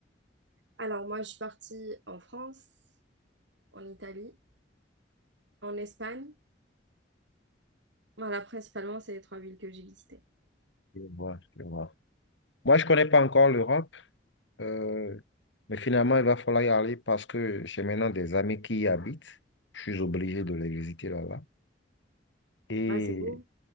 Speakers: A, on the right; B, on the left.
A: Alors, moi, je suis partie en France, en Italie, en Espagne. Voilà, principalement, c'est les trois villes que j'ai visitées.
B: Je vois, je vois. Moi, je ne connais pas encore l'Europe, euh, mais finalement, il va falloir y aller parce que j'ai maintenant des amis qui y habitent. Je suis obligé de les visiter là-bas. Et
A: Bah, c'est beau.